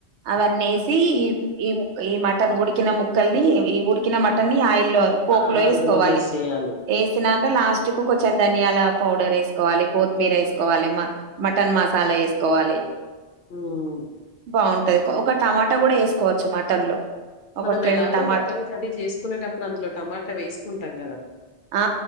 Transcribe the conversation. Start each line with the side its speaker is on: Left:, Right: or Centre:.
Right: అవన్నీ వేసి ఈ ఈ ఈ మటన్ ఉడికిన ము ఉక్కల్ని ఈ ఉడికిన మటన్ని ఆయిల్లో పోపులో
Left: ఆ!
Right: వేసుకోవాలి
Left: అందులో వేసేయాలి.
Right: వేసినా లాస్ట్ కు కొంచెం ధనియాల పౌడర్ వేస్ వేసుకోవాలి కొత్తిమీర వేసుకోవాలి మ మటన్ మసాలా ఎసుకోవాలి
Left: హ్మ్.
Right: బాగుంటది ఒక టమాటా కూడ వేసుకోవచ్చు మటన్ ఒకటి
Left: మనం ఎలాగో
Right: రెండు టమాటా
Left: మటన్ కర్రీ చేసుకునేటప్పుడు అందులో టమాటా వేసుకుంటాం కదా
Right: ఆ